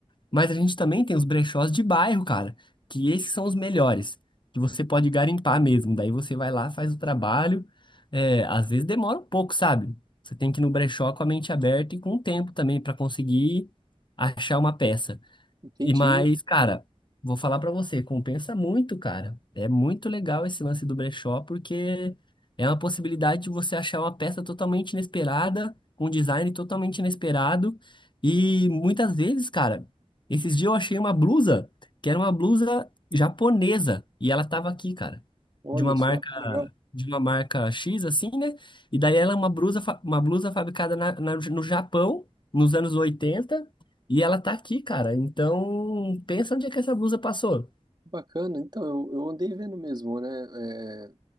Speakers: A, on the left; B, on the right.
A: Mas a gente também tem os brechós de bairro, cara, que esses são os melhores, que você pode garimpar mesmo. Daí você vai lá, faz o trabalho. é, às vezes demora um pouco, sabe? Você tem que ir no brechó com a mente aberta e com o tempo também para conseguir achar uma peça.
B: Entendi.
A: E mais, cara, vou falar pra você, compensa muito, cara. É muito legal esse lance do brechó, porque é uma possibilidade de você achar uma peça totalmente inesperada, com um design totalmente inesperado. E muitas vezes, cara, esses dias eu achei uma blusa, que era uma blusa japonesa, e ela tava aqui, cara,
B: Olha
A: de uma marca,
B: só, que legal.
A: de uma marca X, assim, né? E daí ela é uma blusa, fa- uma blusa fabricada na, na- no Japão, nos anos 80 e ela tá aqui, cara. Então, pensa onde é que essa blusa passou.
B: Que bacana. Então, eu, eu andei vendo mesmo, né, é,